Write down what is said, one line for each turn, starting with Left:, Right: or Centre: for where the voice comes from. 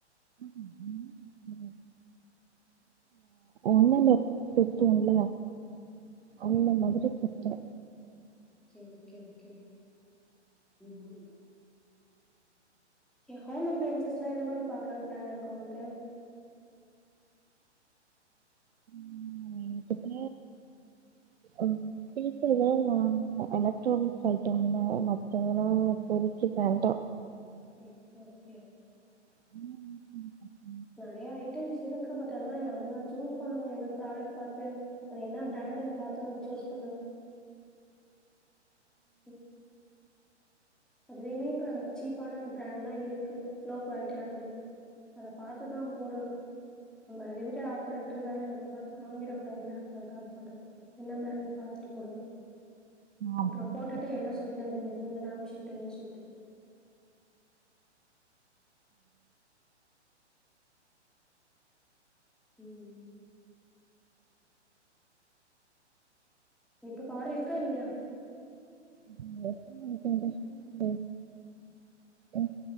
Right: ம் ஹும் உம் <unintelligible> சுத்துல அந்த மாதிரி குத்தே
Centre: கே ஓகே ஓகே ஓகே இன்னோ வர்ல ஓகே ஹோம் அப்ளயன்சஸ்லா எந்த மாரி பாக்கலானு பிளான் இருக்கு உங்களுக்கு
Right: <inaudible> என்கிட்ட அஹ் ஃபிலிப்ஸ்லதா எலக்ட்ரானிக்ஸ் ஐட்டம்ல மத்ததெல்லா இப்போதிக்கி வேண்டா
Centre: ஓகே ஓகே
Right: <inaudible>
Centre: நெறையா ஐட்டம்ஸ் இருக்கு பட் ஆனா நம்ம சூஸ் பண்ணனு என்ன ப்ராடக்ட் பாத்து அ என்ன பிராண்டுன்னு பாத்து நம்ம சூஸ் பண்ணணு ம் அதுலயுமே இப்ப சீப்பான பிராண்ட்லா இருக்கு லோ குவாலிட்டியானது அத பாத்துதா போடணு நம்ம லிமிடட் ஆஃபர்ன்றதால நம்ம பாட்டுகு வாங்கிட கூடாதுல்ல அதுக்காக சொல்றே என்ன பிராண்டுன்னு பாத்துட்டு போடுங்க
Right: அப்படின்ட்டு.
Centre: அப்புறொ போட்டுட்டு என்னச் சொல்லிடாதீங்க நீங்கதா அனுப்சு விட்டிங்க சொல்ட்டு உம் இப்ப பாறு இருக்கா இல்லையா
Right: <inaudible> ம்.